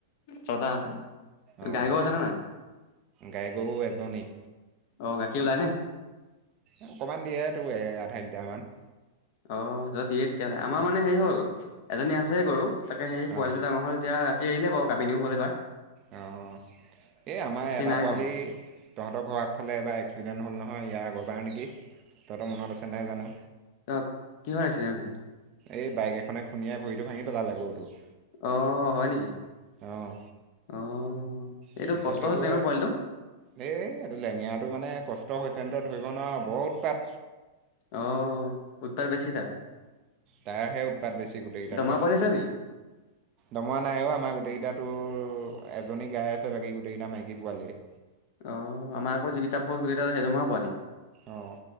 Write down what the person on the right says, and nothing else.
অঁ
গাই গৰু এজনী।
অকণমান দিয়েতো, আধাই লিটাৰমান।
অঁ
অঁ
অ, এই আমাৰ এটা
পোৱালি
তহঁতৰ ঘৰ আগফালে এবাৰ এক্সিডেণ্ট হ'ল নহয়। হয়, ইয়াৰ আগৰ পৰাাৰ নেকি? তহঁতৰ মনত আছে নাই জানো?
এই বাইক এখনে খুন্দিয়াই, ভৰিতটো ভাঙি পেলাল গৰুটোৰ।
অঁ,
তাৰপিছত
সেইটো
এই এইটো লেঙেৰাটো মানে কষ্ট হৈছেনে ধৰিব নোৱাৰ বৰ উৎপাত।
তাইাৰহে উৎপাত বেছি গোটেইকেইটাতকে,
দমৰা নাইও আমাৰ গোটেইকেইটাত তোৰ এজনী গাই আছে, বাকী গোটেই কেইটা মাইকী পোৱালীয়ে
অঁ,